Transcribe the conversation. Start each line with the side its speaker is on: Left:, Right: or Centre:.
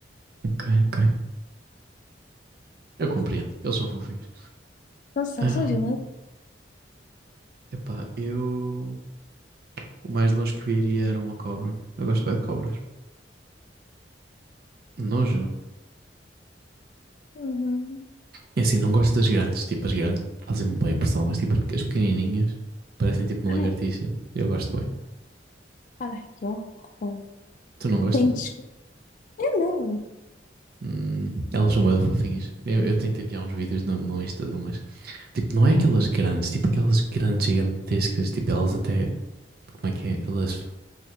Right: Ok, ok. Eu compreendo. Eles são fofinhos.
Left: não são,
Right: Ah,
Left: são gelados.
Right: epá, eu... O mais longe que eu iria era uma cobra. Eu gosto bem de cobras. Nojo.
Left: Uhum.
Right: É assim, não gosto das grandes. Tipo, as grandes fazem-me boa impressão, mas tipo, as pequenininhas parecem tipo
Left: Ai,
Right: uma lagartixa. Eu gosto bem.
Left: ai, que horror.
Right: Tu não gostas?
Left: Tenho de Não,
Right: Hum, elas são bem fofinhas. Eu, eu tento enviar uns vídeos no, no Insta de umas. Tipo, não é aquelas grandes, tipo aquelas grandes gigantescas. Tipo, elas até. Como é que é? Elas,